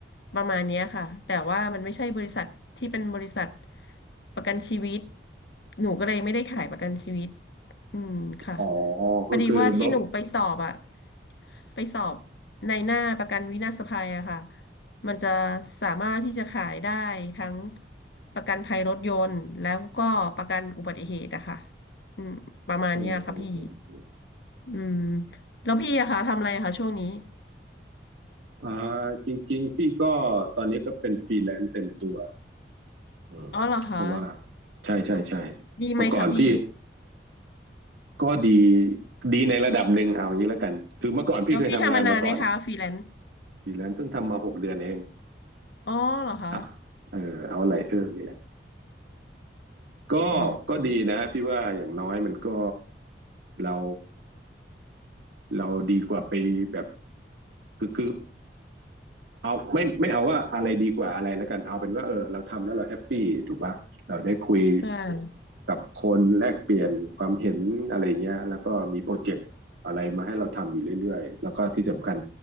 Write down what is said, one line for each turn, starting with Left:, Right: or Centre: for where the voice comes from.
Left: ประมาณเนี้ยค่ะแต่ว่ามันไม่ใช่บริษัทที่เป็นบริษัทประกันชีวิตหนูก็เลยไม่ได้ขายประกันชีวิตอืมค่ะ
Right: อ๋อ
Left: พอดีว่าที่หนูไปสอบอะ
Right: ก็คือบล็อก
Left: ไปสอบในหน้าประกันวินาศภัยอะค่ะมันจะสามารถที่จะขายได้ทั้งประกันภัยรถยนต์แล้วก็ประกันอุบัติเหตุอะค่ะ อืมประมาณเนี้ยค่ะพี่
Right: อืมอืมอืมอม
Left: อืมแล้วพี่อะคะทำอะไรอะคะช่วงนี้
Right: อ่าจริงๆพี่ก็ตอนนี้ก็เป็นฟรีแลนซ์เต็มตัวอืมเพราะว่า
Left: อ๋อเหรอคะ
Right: ใช่ใช่ใช่
Left: ดีไหมคะพี่
Right: เมื่อก่อนพี่ ก็ดีดีในระดับหนึ่งเอาอย่างนี้แล้วกันคือเมื่อก่อนพี่เคยทำงานมาก่อน
Left: แล้วพี่ทำมานานเนี่ยคะฟรีแลนซ์
Right: ฟรีแลนซ์เพิ่งทำมาหกเดือนเอง
Left: อ๋อเหรอคะ
Right: อ่ะเออเอาอะไรเออนี่แหละก็
Left: อ๋อ
Right: ก็ดีนะพี่ว่าอย่างน้อยมันก็เราเราดีกว่าไปแบบคือคือ เอาไม่ไม่เอาว่าอะไรดีกว่าอะไรแล้วกันเอาเป็นว่าเออเราทำแล้วเราแฮปปี้ถูกป่ะเราได้คุย
Left: ใช่
Right: กับคนแลกเปลี่ยนความเห็นอะไรเงี้ยแล้วก็มีโปรเจกต์อะไรมาให้เราทำอยู่เรื่อยๆแล้วก็ที่สำคัญ